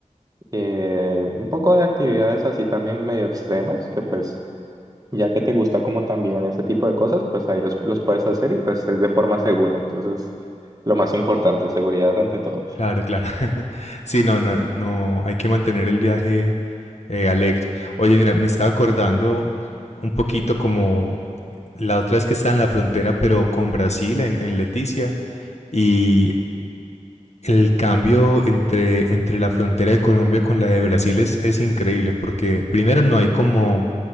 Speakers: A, on the right; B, on the left.
A: eh, un poco de actividades así también medio extremas que pues ya que te gusta como también ese tipo de cosas, pues ahí los, los puedes hacer y pues es de forma segura. Entonces, lo más importante, seguridad ante todo.
B: Claro, claro. <laughs> Sí, no, no, no, hay que mantener el viaje eh, alegre. Oye, mira, me estaba acordando un poquito como la otra vez que estaba en la frontera, pero con Brasil, en, en Leticia, y el cambio entre, entre la frontera de Colombia con la de Brasil es, es increíble, porque primero no hay como